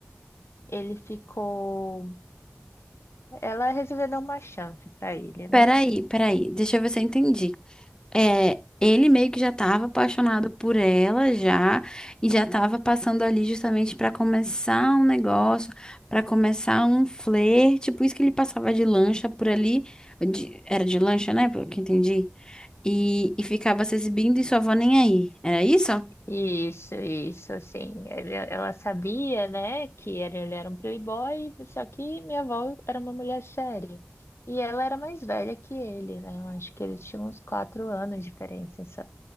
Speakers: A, on the left; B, on the left.
A: ele ficou. Ela resolveu dar uma chance para ele, né?
B: Peraí, peraí, deixa eu ver se eu entendi. É, ele meio que já estava apaixonado por ela já e já estava passando ali justamente para começar um negócio, para começar um flerte, por isso que ele passava de lancha por ali, de- era de lancha, né, pelo que eu entendi, e, e ficava se exibindo e sua avó nem aí. Era isso?
A: Isso, isso, assim. Ele- ela sabia, né, que era, ele era um playboy, só que minha avó era uma mulher séria. E ela era mais velha que ele, né? Eu acho que eles tinham uns quatro anos de diferença